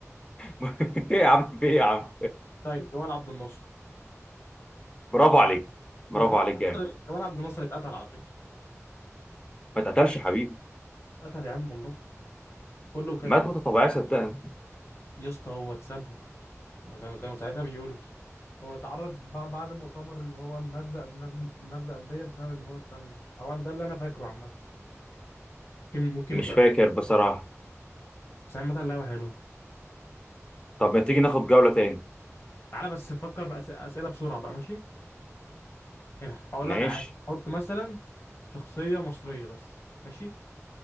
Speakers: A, on the left; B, on the left.
A: <laughs> ايه يا عم في ايه يا عم
B: طيب جمال عبد الناصر
A: <laughs> برافو عليك برافو
B: بس جمال
A: عليك
B: عبد
A: جامد
B: الناصر جمال عبد الناصر اتقتل على فكرة
A: ما اتقتلش يا حبيبي
B: اتقتل يا عم والله كله كانوا
A: مات موتة طبيعية صدقني
B: يا اسطى هو اتسم كانوا كانوا ساعتها بيقولوا هو اتعرض بع- بعد المؤتمر اللي هو النغزة النغزة قلبية بسبب ان هو اتسمم او أنا- ده اللي انا فاكره عامة ممكن ممكن
A: مش
B: يبقى
A: فاكر بصراحة
B: بس عامة اللعبة حلوة
A: طب ما تيجي ناخد جولة تاني
B: تعالى بس فكر أس- أسئلة بسرعة بقى ماشي يعني هقول
A: ماشي
B: لك على حاجة حط مثلا شخصية مصرية بس ماشي